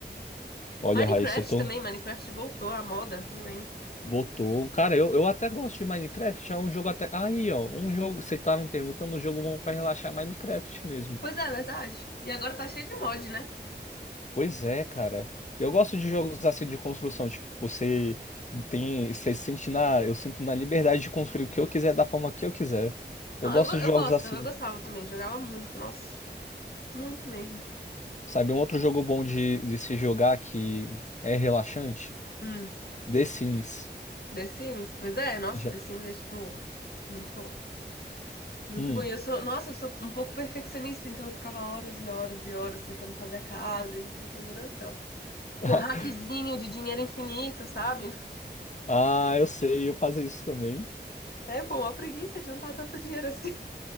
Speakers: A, on the left (about 40°); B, on the left (about 60°).
A: Olha,
B: Minecraft
A: Raíssa, tu
B: também, Minecraft voltou à moda, viu, hein?
A: botou. Cara, eu, eu até gosto de Minecraft. É um jogo até. Aí, ó. Um jogo. Você tava me perguntando um jogo bom pra relaxar Minecraft mesmo.
B: Pois é, é verdade. E agora tá cheio de mod, né?
A: Pois é, cara. Eu gosto de jogos assim de construção, tipo, você tem, você sente na, eu sinto na liberdade de construir o que eu quiser da forma que eu quiser. Eu
B: Ah,
A: gosto
B: Eu, go- eu
A: de jogos
B: gosto,
A: assim,
B: eu gostava também, jogava muito, nossa, muito mesmo.
A: sabe? Um outro jogo bom de, de se jogar que é relaxante,
B: Hum,
A: The Sims.
B: The Sims? Pois é, nossa,
A: Já.
B: The Sims é tipo muito bom. Muito
A: Hum.
B: bom. E eu sou, nossa, eu sou um pouco perfeccionista, então eu ficava horas e horas e horas tentando fazer a casa e não sei o que, meu Deus do céu.
A: <laughs>
B: Com um hackzinho de dinheiro infinito, sabe?
A: Ah, eu sei, eu fazia isso também.
B: É, pô, uma preguiça de juntar tanto dinheiro assim.